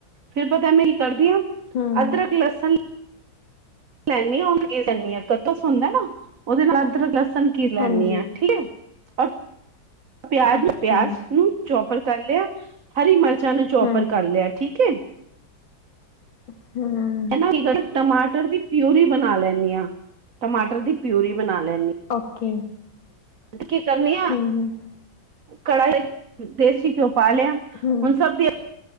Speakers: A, on the right; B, on the left.
A: ਫੇਰ ਪਤਾ ਮੈਂ ਹੀ ਕਰਦੀ ਹਾਂ,
B: ਹਮ
A: ਅਦਰਕ, ਲਸਣ ਲੈਂਦੀਆਂ ਕੱਦੂਕਸ ਹੁੰਦਾ ਓਹਦੇ ਨਾਲ ਅਦਰਕ ਲਸਣ ਨ ਕੀਰ ਲੈਂਦੀ
B: ਹਾਂਜੀ
A: ਹਾਂ ਠੀਕ ਹੈ। ਪਿਆਜ
B: ਓਕੇ
A: ਪਿਆਜ ਨੂੰ ਚੌਪਰ ਕਰ ਲਿਆ ਹਰੀ ਮਿਰਚਾਂ ਨੂੰ ਚੌਪਰ
B: ਹਾਂ
A: ਕਰ ਲਿਆ ਠੀਕ ਹੈ।
B: ਹਮ
A: ਹਨ ਕੀ ਕਰ ਟਮਾਟਰ ਦੀ ਪਿਊਰੀ ਬਣਾ ਲੈਂਦੀ ਹਾਂ, ਟਮਾਟਰ ਦੀ ਪਿਊਰੀ ਬਣਾ ਲੈਂਦੀ ਹਾਂ।
B: ਓਕੇ।
A: ਤੇ ਕੀ ਕਰਨੀ
B: ਹਮ ਹਮ
A: ਕੜਾਈ ਦੇਸੀ ਕਿਉਂ ਪਾ ਲਿਆ ਹੁਣ
B: ਹਮ
A: ਸਭ ਦੀ